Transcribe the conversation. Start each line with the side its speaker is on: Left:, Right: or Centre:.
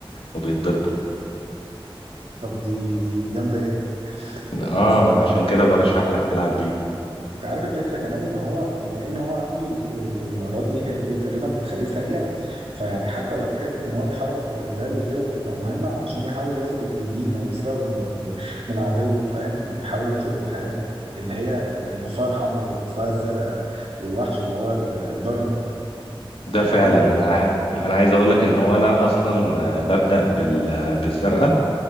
Left: وبيتضربوا
Right: طب دي دي جامده جدا
Left: اه
Right: بس
Left: انا عشان كده برشح لك تلعب بيه
Right: انت عارف الفكره كمان ان هو بما ان هو عنده ال- المهارات دي هي دي تقريبا بتخليه سريع فيعني حتى لو حته ان هو يتحرك في الادوار وكده بتبقى مهمه علشان يحاول ياخد التنين او يسرقه من ال- من العدو فاهم يحاول ياخد الحاجات اللي هي ال- البفايه الحمراء والبفايه الزرقاء والوحش اللي هو ال- البارون
Left: ده
Right: الحاجات
Left: فعلا
Right: دي،
Left: انا ع... انا عايز اقول لك ان هو انا اصلا ببدأ بال... بالزرقاء